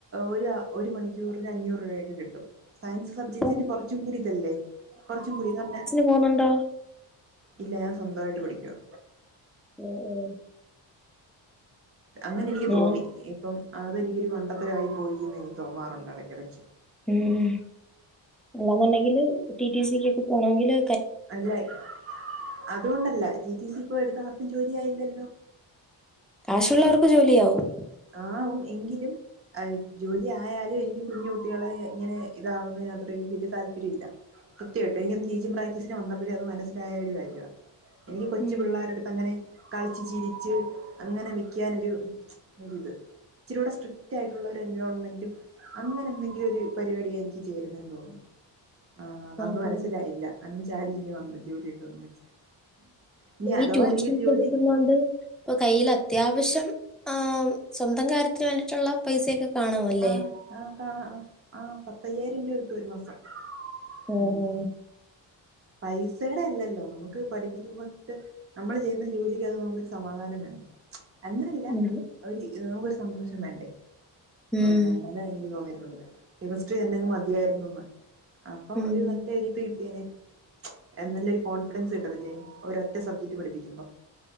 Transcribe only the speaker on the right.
ഒരു അ ഒരു മണിക്കൂറിന് അഞ്ഞൂറ് രൂപൊയൊക്കെ കിട്ടും. സയൻസ് സബ്ജക്റ്റിന്
കൊറച്ചുംകൂടി ഇതല്ലേ. കുറച്ചും കൂടി ന്ന് പർഞ്ഞ
ഇല്ല ഞാൻ സ്വന്തവായിട്ട് പഠിക്യുവാ.
അങ്ങനെ എനിക്ക്
തോന്നി. ഇപ്പം അതെനിക്കൊരു മണ്ടത്തരവായി പോയിന്ന് എനിക്ക് തോന്നാറുണ്ട് എടക്കടക്കി.
അല്ലയ് അതുകൊണ്ടല്ല റ്റി റ്റി സി ഇപ്പോ എടുത്ത ആർക്കും ജോലിയായില്ലല്ലോ.
ആവും. എങ്കിലും അഹ് ജോലിയായാലും എനിക്ക്‌ കുഞ്ഞുകുട്ടികളെ ഇങ്ങനെ ഇതാവുന്നതിനകത്തോട്ട് എനിക്ക് വല്ലിയ താല്പര്യമില്ല. കൃത്യമായിട്ടും എനിക്കന്ന് റ്റീച്ചിംഗ് പ്രാക്റ്റിസിന് വന്നപ്പഴേ അത് മനസ്സിലായൊരു കാര്യവാ. എനിക്ക്‌ കൊച്ചു
പിള്ളേര്ടുത്തങ്ങനെ കളിച്ചുചിരിച്ച് അങ്ങനെ നിക്ക്യാനൊരു ഒരിത്. ഇച്ചിര്യൂടെ സ്ട്രിക്റ്റ് ആയിട്ടുള്ളൊരു എൻവിയോൺമെന്റും അങ്ങനെ എന്തെങ്കിലു ഒര് പരിപാടിയെ എനിക്ക് ചേരുന്നേന്ന് തോന്നുന്നു. ആഹ് അതന്ന്
മനസ്സിലായില്ല അന്ന് ചാടി ഇങ്ങ് വന്ന് ജോലി കിട്ടുംന്ന് വെച്ച് ഇനി
അഥവാ
എനിക്കൊരു ജോലി
ആഹ് ആഹ് കാ ആഹ് പത്തയ്യായിരം രൂപ കിട്ടും ഒരു മാസം.
ഉം പൈസേടെ അല്ലല്ലോ നമുക്ക് പഠിപ്പിക്കുമ്പോ ട്ട് നമ്മൾ ചെയ്യുന്ന ജോലിക്കകത് നമുക്കൊരു സമാധാനം വേണ്ടേ അങ്ങനല്ല
ഒരു നമുക്ക് ഒരു സന്തോഷം വേണ്ടേ.
ആഹ് അ ങ്ങനെ എനിക്ക് തോന്നിട്ടുണ്ട്. കെമിസ്ട്രി തന്നെങ്ങു മതിയായിരുന്നുന്ന്. അപ്പം
ഒരു നല്ലൊരിത് കിട്ടിയേനെ. എഹ് നല്ലൊരു കോൺഫിഡൻസ് കിട്ടത്തില്ലേ ഒരൊറ്റ സബ്ജക്റ്റ് പഠിപ്പിക്കുമ്പം.